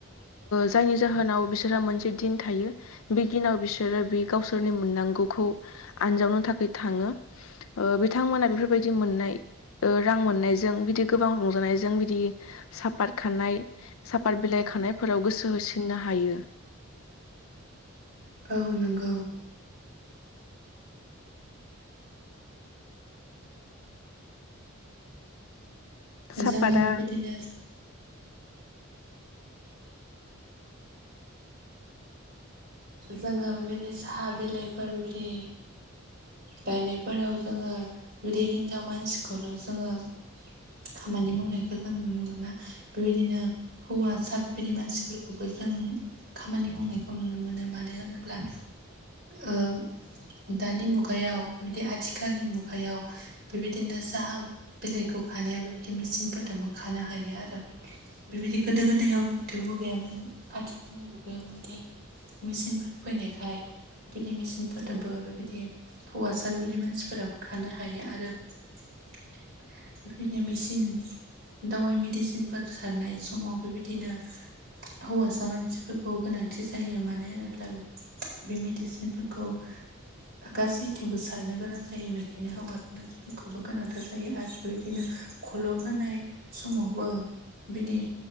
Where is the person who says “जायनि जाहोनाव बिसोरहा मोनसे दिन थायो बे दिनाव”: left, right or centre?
Left